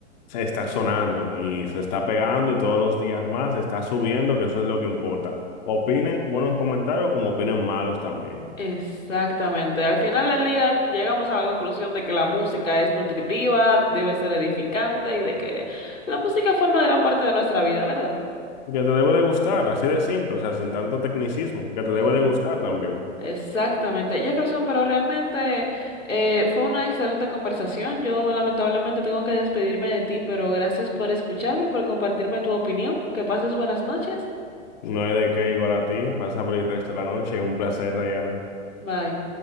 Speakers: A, on the left; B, on the left.
A: se está sonando y se está pegando y todos los días más se está subiendo, que eso es lo que importa. Opinen buenos comentarios como opinen malos también.
B: Exactamente. Al final del día llegamos a la conclusión de que la música es nutritiva, debe ser edificante y de que la música forma gran parte de nuestra vida, ¿verdad?
A: Que te debe de gustar, así de simple, o sea, sin tanto tecnicismo, que te
B: Exacto.
A: debe de gustar también.
B: Exactamente. Jefferson, pero realmente eh, fue una excelente conversación. Yo lamentablemente tengo que despedirme de ti, pero gracias por escucharme y por compartirme tu opinión. Que pases buenas noches.
A: No hay de qué igual a ti, pasa por el resto de la noche, un placer, Diana.
B: Bye.